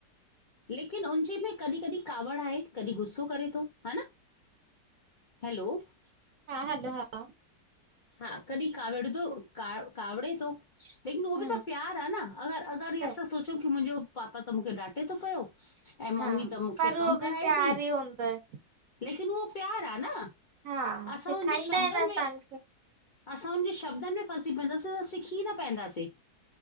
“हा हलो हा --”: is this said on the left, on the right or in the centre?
Right